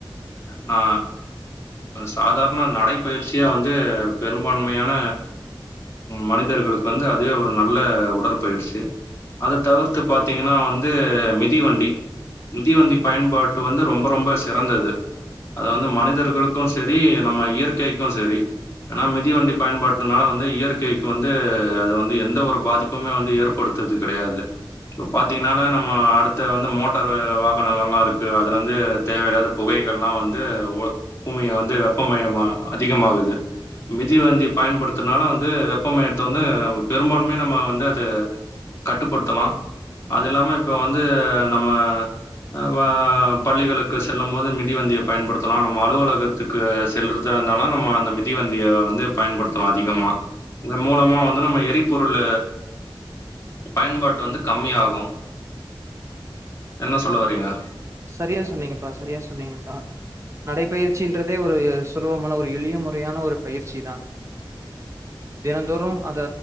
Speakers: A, on the left; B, on the right.
A: நா சாதார ண நடைப்பயிற்சியா வந்து பெரும்பான்மையான மனிதர்களுக்கு வந்து அதுவே ஒரு நல்ல உடற்பயிற்சி அத தவிர்த்து பாத்தீங்கன்னா வந்து மிதிவண்டி மிதிவண்டி பயன்பாட்டு வந்து ரொம்ப ரொம்ப சிறந்தது அது வந்து மனிதர்களுக்கு சரி நம்ம இயற்கைக்கு சரி ஏனா மிதிவண்டி பயன்பாட்டுனால வந்து இயற்கைக்கு வந்து அது வந்து எந்த ஒரு பாதிப்புமே வந்து ஏற்படுத்துறது கிடையாது இப்ப பாத்திங்கனா நம்ம அடுத்த வந்து மோட்டார் வாகனங்களா இருக்கு அது வ‌ந்து தேவையில்லாத புகைகல்லா வந்து பூமிய வந்து மயம் அதிகமாகுது மிதி வண்டி பயன்படுத் தனால வந்து வெப்பமயத்த வந்து பெரும்பான்மைய நம்ம வந்து அத கட்டுப்படுத்தலா அது இல்லாம இப்ப வந்து நம்ம ப பள்ளிகளுக்கு செல்லும் போது மிதிவண்டியை பயன்படுத்தலா நம்ம அலுவலகத்துக்கு செல்றதா‌ இருந்தாலு நம்ம அந்த மிதிவண்டிய வந்து பயன்படுத்தலா அதிகமா இதன் மூலமா வந்து நம்ம எரிபொருள பயன்பாட்டு வந்து கம்மியாகு என்ன சொல்ல வரீங்க
B: சரியா சொன்னீங்கப்பா சரியா சொன்னீங்கப்பா நடைப்பயிற்சின்றதே ஒரு சுலபமான ஒரு எளிய முறையான ஒரு பயிற்சி தா தினந்தோறும் அத